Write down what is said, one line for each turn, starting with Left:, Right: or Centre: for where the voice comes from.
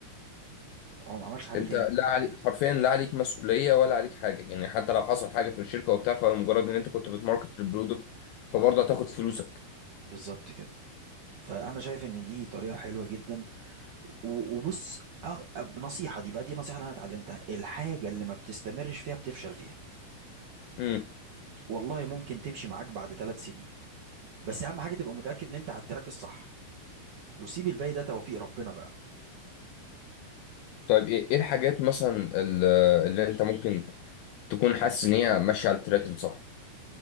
Right: هو ما عملش حاجه
Left: انت
Right: تاني
Left: لا عليك حرفيا لا عليك مسؤوليه ولا عليك حاجه يعني حتى لو حصل حاجه في الشركه وبتاع فمجرد ان انت كنت بتماركت البرودكت فبرضه هتاخد فلوسك
Right: بالظبط كده فانا شايف ان دي طريقه حلوه جدا و- وبص أغ... نصيحه دي بقى دي نصيحه اللي انا اتعلمتها الحاجه اللي ما بتستمرش فيها بتفشل فيها
Left: مم.
Right: والله ممكن تمشي معاك بعد ثلاث سنين بس اهم حاجه تبقى متاكد ان انت على التراك الصح وسيب الباقي ده توفيق ربنا بقى
Left: طيب ايه إيه الحاجات مثلا ال- اللي انت ممكن تكون حاسس ان هي ماشيه على التراك الصح